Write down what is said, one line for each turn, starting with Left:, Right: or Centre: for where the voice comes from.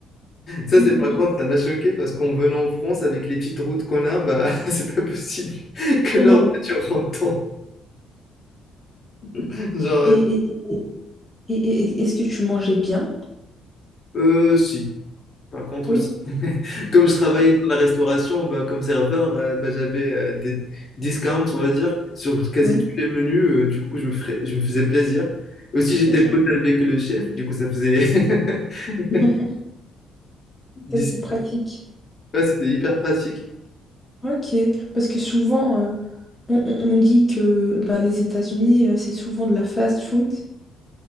Left: Ça,
Centre: Mhm.
Left: c'est par contre, ça m'a choqué parce qu'en venant en France, avec les petites routes qu'on a, bah, <laughs> c'est pas possible <laughs> que
Centre: Mhm.
Left: leur voiture
Centre: <laughs>
Left: rentre dedans. Genre,
Centre: Et, et- et- et- et- est-ce que tu mangeais bien?
Left: euh, si. Par contre,
Centre: Oui.
Left: si. Comme je travaillais
Centre: Ouais.
Left: dans la restauration, bah, comme serveur, euh, bah, j'avais euh, des discounts, on va dire, sur quasi
Centre: Oui.
Left: tous les menus. euh, du coup, je me ferais- je me faisais plaisir. Aussi, j'étais
Centre: Ok.
Left: pote avec le chef, du coup, ça faisait... <laughs>
Centre: <laughs>
Left: D'ici-
Centre: Ça, c'est pratique.
Left: ouais, c'était hyper pratique.
Centre: Ok. Parce que souvent, euh, on, on- on dit que ben, les États-Unis, euh, c'est souvent de la fast food.